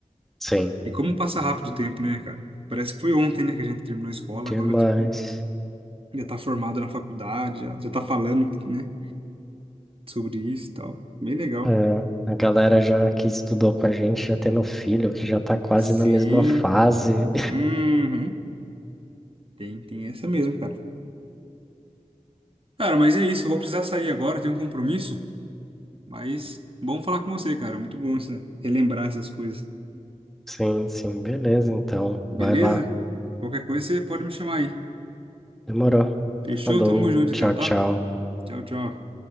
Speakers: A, in the centre; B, on the right (about 40°).
A: Sim,
B: E como passa rápido o tempo, né, cara? Parece que foi ontem, né, que a gente terminou a escola,
A: demais.
B: agora, tipo, já tá formado na faculdade, já, já tá falando, né, sobre isso e tal. Bem legal.
A: É, a galera já que estudou com a gente, já tendo filho, que já tá quase
B: Sim.
A: na mesma fase,
B: Uhum. Tem, tem essa mesmo, cara. Cara, mas é isso, eu vou precisar sair agora, tenho um compromisso, mas bom falar com você, cara. Muito bom isso, né? Relembrar essas coisas.
A: Sim, sim, beleza, então.
B: Beleza?
A: Vai lá.
B: Qualquer coisa você pode me chamar aí.
A: Demorou.
B: Fechou?
A: Falou,
B: Tamo junto
A: tchau,
B: então, tá?
A: tchau.
B: Tchau, tchau.